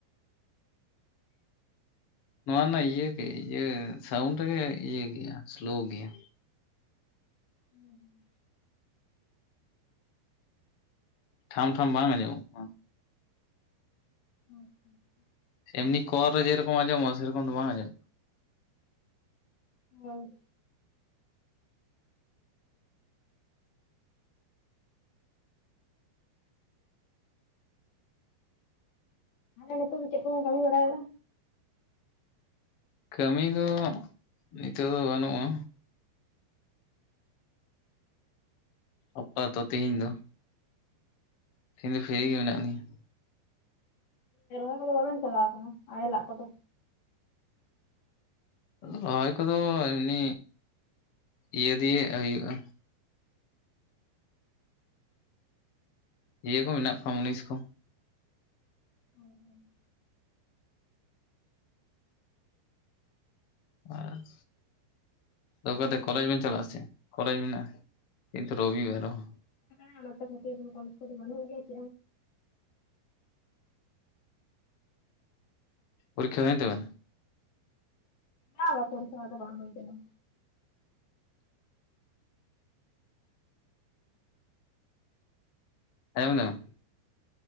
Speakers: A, on the left; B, on the left.
A: ᱱᱚᱣᱟ ᱨᱮᱱᱟᱜ ᱤᱭᱟᱹ ᱜᱮ ᱤᱭᱟᱹ ᱥᱟᱣᱩᱱᱰ ᱨᱮ ᱜᱮ ᱤᱭᱟᱹ ᱜᱮᱭᱟ ᱥᱞᱳ ᱜᱮᱭᱟ᱾
B: ᱦᱩᱸ᱾
A: ᱴᱷᱟᱢ ᱴᱷᱟᱢ ᱵᱟᱝ ᱟᱸᱡᱚᱢᱜ
B: <unintelligible>
A: ᱮᱢᱱᱤ ᱠᱚᱨ ᱨᱮ ᱡᱮ ᱨᱚᱠᱚᱢ ᱟᱡᱚᱢᱜ-ᱟ ᱥᱮ ᱨᱚᱠᱚᱢ ᱫᱚ ᱵᱟᱝ ᱟᱸᱡᱚᱢᱜ
B: ᱦᱳᱭ᱾ ᱱᱤᱛ ᱫᱚ ᱪᱮᱫ ᱠᱚᱢ ᱜᱢᱤ ᱵᱟᱲᱟᱭ ᱫᱟ?
A: ᱠᱟᱹᱢᱤ ᱫᱚ ᱱᱤᱛᱚᱜ ᱫᱚ ᱵᱟᱹᱱᱩᱜᱼᱟ᱾ ᱚᱯᱟᱛᱚ ᱛᱮᱦᱮᱧ ᱫᱚ᱾ ᱤᱧ ᱫᱚ ᱯᱷᱤᱨᱤ ᱜᱮ ᱢᱮᱱᱟᱜᱤᱧᱟᱹ᱾
B: ᱪ ᱠᱚᱫᱚ ᱵᱟᱵᱮᱱ ᱪᱟᱞᱟᱣ ᱟᱠᱟᱱᱟ ᱟᱲᱮ ᱞᱟᱜ ᱠᱚᱫᱚ᱾
A: ᱨᱚᱦᱚᱭ ᱠᱚᱫᱚ ᱮᱢᱱᱤ ᱤᱭᱟᱹ ᱫᱤᱭᱮ ᱦᱩᱭᱩᱜᱼᱟ᱾ ᱤᱭᱟᱹ ᱠᱚ ᱢᱮᱱᱟᱜ ᱠᱚᱣᱟ ᱢᱩᱱᱤᱥ ᱠᱚ᱾
B: ᱦᱮᱸ ᱦᱩᱸ᱾
A: ᱟ <unintelligible> ᱫᱚᱠᱟ ᱠᱟᱛᱮ ᱠᱚᱞᱮᱡᱽ ᱵᱮᱱ ᱪᱟᱞᱟᱜ ᱟᱥᱮ ᱠᱚᱞᱮᱡᱽ ᱢᱮᱱᱟᱜᱼᱟ ᱠᱤᱱᱛᱩ ᱨᱚᱵᱤ ᱵᱟᱨ ᱦᱚᱸ᱾
B: ᱦ ᱠᱷᱟᱹᱤᱨ ᱠᱚᱯᱤ ᱜᱚᱱ ᱦᱩᱭᱪ᱾
A: ᱯᱚᱨᱠᱷᱟ ᱦᱩᱭ ᱱᱛᱟᱵᱤᱱᱟ?
B: ᱵᱟᱝ ᱯᱚᱨᱥᱟ ᱫᱚ ᱵᱟᱝ ᱠᱟᱱᱟ᱾
A: ᱟᱡᱚᱢ ᱫᱟᱢ᱾